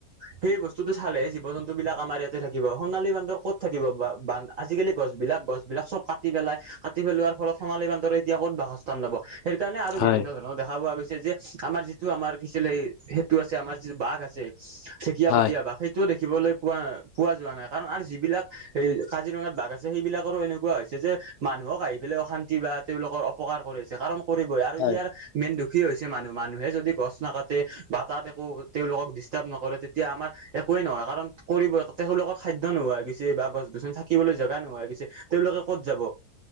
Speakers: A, on the right (about 55°); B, on the left (about 75°).
A: সেই বস্তুটো চালে জীৱ-জন- টো বিলাক আমাৰ ইয়াতে থাকিব সোণালী বান্দৰ ক'ত থাকিব বা বান্ধ আজিকালি গছ বিলাক গছবিলাক চব কাট- কাটি পেলাই কাটি পেলোৱাৰ ফলত সোণালী বান্দৰ এতিয়া ক'ত বাসস্থান ল'ব সেই কাৰণে আৰু
B: হয়
A: বিভিন্ন ধৰ- দেখা পোৱা গৈছে যে আমাৰ যিটো আমাৰ পিছলে সেতু আছে আমাৰ যিটো বাঘ আছে। ঠেকীয়া
B: হয়।
A: পটীয়া বাঘ সেইট- টো দেখিবলৈ পোৱা পোৱা যোৱা নাই কাৰণ আৰু যিবিলাক এই কাজিৰঙাত বাঘ আছে সেইবিলাকৰো এনেকুৱা হৈছে যে মানুহক আহি পেলাই অশান্তি বা তেওঁলোকৰ অপকাৰ কৰি আছে কাৰণ কৰিবই আৰু
B: হয়
A: ইয়াৰ মেইন দুখী হৈছে মানুহ মানুহে যদি গছ নাকাটে বা তাত একো তেওঁলোকক দিছ- দিচতাৰভ নকৰে তেতিয়া আমাৰ একোৱে নহয় কাৰণ কৰিব তেওঁলোকৰ খাদ্য নোহোৱা হৈ গৈছে বা গছ - গছনি থা কিবলৈ জেগা নোহোৱা হৈ গৈছে, তেওঁলোকে ক'ত যাব?